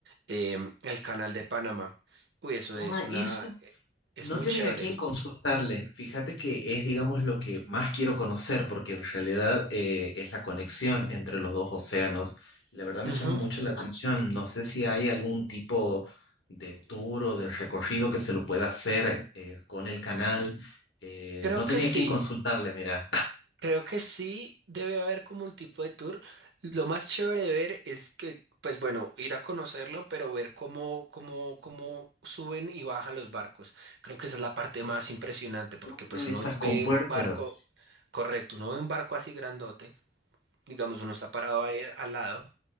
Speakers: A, on the right; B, on the left.
A: Em, el canal de Panamá. Uy, eso
B: Ah,
A: es una...
B: eso
A: eh, es
B: No
A: muy
B: tenía
A: chévere.
B: a quién consultarle. Fíjate que es, digamos, lo que más quiero conocer, porque en realidad eh, es la conexión entre los dos océanos. La verdad me
A: Ujú.
B: llama mucho la atención. No sé si hay algún tipo de tour o de recorrido que se lo pueda hacer eh, con el canal. Eh,
A: Creo
B: no tenía
A: que sí.
B: a quién consultarle, mira.
A: Creo que sí debe haber como un tipo de tour. Lo más chévere de ver es que, pues bueno, ir a conocerlo, pero ver cómo, cómo, cómo suben y bajan los barcos. Creo que esa es la parte más impresionante, porque
B: Abro
A: pues uno
B: esas
A: ve
B: compuertas.
A: un barco, correcto, uno ve un barco así grandote, digamos, uno está parado ahí al lado,